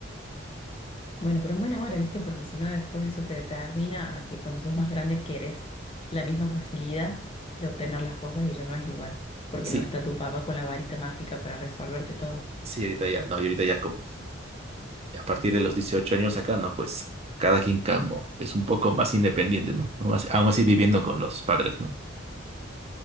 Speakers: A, on the left; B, on the right.
A: Bueno, pero en buena
B: <laughs>
A: hora, ¿viste? Porque si no, después eso te determina a que cuando sos más grande querés la misma facilidad de obtener las cosas y ya no es igual, porque
B: Sí,
A: no está tu papá con la varita mágica para resolverte todo.
B: sí, ahorita ya no, y ahorita ya como a partir de los 18 años acá, no, pues cada quien campo es un poco más independiente, ¿no? Aún así, aún así viviendo con los padres, ¿no?